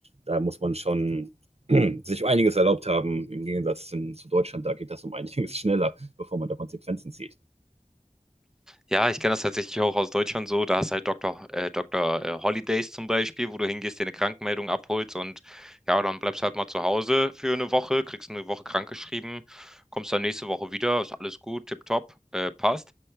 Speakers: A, on the right; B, in the centre.
A: da muss man schon <clears throat> <laughs> sich einiges erlaubt haben, im Gegensatz zu, zu Deutschland, da geht das um einiges <laughs> schneller, bevor man da Konsequenzen zieht.
B: Ja, ich kenne das tatsächlich auch aus Deutschland so. Da hast halt Doktor, äh, Doktor äh, Holidays zum Beispiel, wo du hingehst, dir eine Krankmeldung abholst und ja, dann bleibst halt mal zu Hause für eine Woche, kriegst eine Woche krankgeschrieben, kommst dann nächste Woche wieder, ist alles gut, tipptopp, äh, passt.